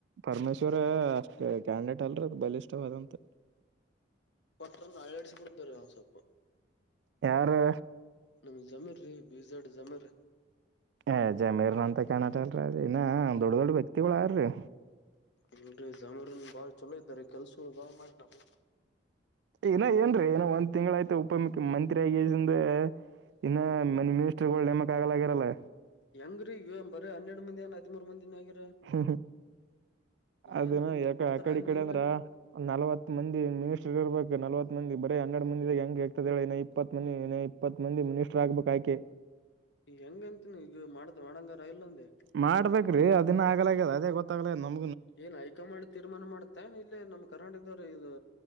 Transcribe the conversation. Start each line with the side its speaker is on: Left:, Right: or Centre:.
Right: ಪರಮೇಶ್ವರ ಅಷ್ಟ ಕ್ಯಾಂಡಿಡೇಟ್ ಅಲ್ರ ಅದು ಬಲಿಷ್ಠವಂತ
Left: ಪಟ್ಟ ಅಳಡ್ಿಸಬಿಡತಾರೆ ಅವನ್ ಸ್ೊಲ್ಪ
Right: ಯಾರು
Left: ನಮ್ ಜಮೀರ ರೀ ಬೀಜಾಡ್ ಜಮೀರ್
Right: ಏಜಮೀರ್ನ ಅಂತ ಕಾಣಟಲ್ರ ಅ ಇನ್ನ ದೊಡ್ಡ ದೊಡ್ಡ ವ್ಯಕ್ತಿಗಳುಾರರಿ
Left: ಅಲ್ರರಿ ಜಮೀರನ್ ಬಾಳ್ ಚಲೋ ಇದ್ದಾರೆ ಕೆಲ್ಸ ಬಾಳ್ ಮಾಡ ನ
Right: ಇನ ಏನ್ರೀ ಏನೋ ಒಂದ್ ತಿಂಗ್ಗಳ ಆಯ್ತು ಉಪ ಮುುಖ್ಯಮಂತ್ರಿ ಆಗಂದ ಇನ್ನ ಮನಿ ಮಿನಿಸ್ಟ್ರಗಳು ನೇಮಕ್ ಆಗಲಾಗಿರಲ್ಲ
Left: ಹೆಂಗ್ರೀ ಬರ ಹನ್ನೆಡು ಮಂದಿನ ಹದಿಮರು ಮಂದ ದಿನ ಆಗ
Right: ಹ್ಮ್ ಹ್ಮ ಅದ
Left: ಏನ್ ಮತ್ತ
Right: ಯಾಕ
Left: ಕೊಡ್ತಾರ
Right: ಆ ಕಡೆ
Left: ಏನ
Right: ಈ ಕಡೆ
Left: ಇಲ್ಲ
Right: ಅಂದ್ರ
Left: ಏನ
Right: ನಲ್ವತ್ ಮಂದಿ ಮಿನಿಸ್ಟರ್ ಇರ್ಬೇಕು ನಲ್ವತ್ ಮಂದಿ ಬ ಹನ್ನೆಡ್ ಮಂದಿ ಹೆಂಗಗೆ ಹೇಗ್ತದ ಹೇಳ ಇನ್ನ ಇಪ್ಪತ್ ಮಂದಿ ಇನ್ನ ಇಪ್ಪತ್ ಮಂದಿ ಮಿನಿಸ್ಟರ್ ಆಗ್ಬೇಕು ಆಯಕೆ
Left: ಹೆಂಗಂತ ನೀ ಈಗ ಮಾಡ ಮಾಡಂಗಾರ ಇಲ್ಲ ಅಂದ ಈಗ
Right: ಮಾಡ್ಬೇಕೇ್ರಿ ಅದನ್ನ ಆಗಲ್ಯ ಅದೇ ಗೊತ್ತಾಗ್ಲ ನಮ
Left: ಏನ್ ಹೈಕಮಾಂಡ್ ತೀರ್ಮಾನ ಮಾಡ್ತೇ ಇಲ್ಲಿ ನಮ್ ಕರ್ನಾಟಕದವ್ರರು ಇದು